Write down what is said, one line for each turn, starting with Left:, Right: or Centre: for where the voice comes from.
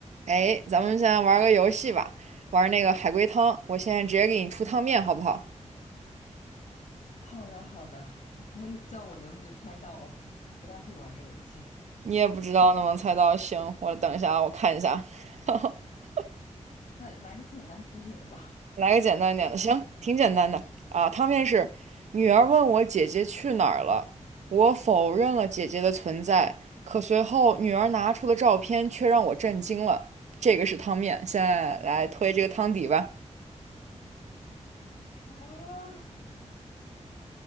Right: 哎，咱们现在玩个游戏吧，玩那个海龟汤。我现在直接给你出汤面，好不好？
Left: 好的，好的，我也不知道我能不能猜到哦，不太会玩这个游戏。
Right: 你也不知道能不能猜到，行，我等一下啊，我看一下，<laughs>
Left: 那来个简单一点的吧。
Right: 来个简单一点的，行，挺简单的啊。汤面是：女儿问我姐姐去哪儿了，我否认了姐姐的存在，可随后女儿拿出的照片却让我震惊了。这个是汤面，现在来推这个汤底吧。
Left: <laughs> 啊，